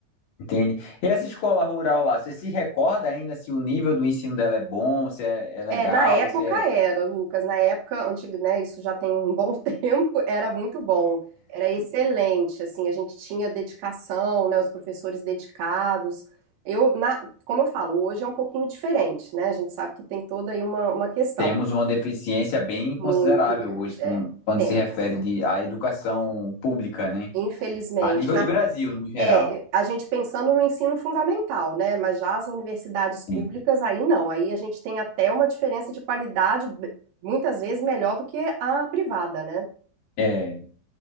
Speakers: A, on the left (about 60°); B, on the right (about 75°).
A: entende? E essa escola rural lá, você se recorda ainda se o nível do ensino dela é bom, se é, é legal,
B: É, na época
A: se é-
B: era, Lucas, na época antiga, né, isso já tem um bom <laughs> tempo, era muito bom, era excelente, assim, a gente tinha dedicação, né, os professores dedicados. Eu, na, como eu falo, hoje é um pouquinho diferente, né? A gente sabe que tem toda aí uma, uma questão
A: temos uma deficiência bem considerável
B: muito grande,
A: hoje com-
B: é,
A: quando
B: temos.
A: se refere de, à educação pública, né?
B: Infelizmente,
A: A nível
B: na
A: de Brasil, no geral.
B: É, a gente pensando no ensino fundamental, né? Mas já as universidades públicas,
A: Sim.
B: aí não. Aí a gente tem até uma diferença de qualidade, b- muitas vezes melhor do que a privada, né?
A: É.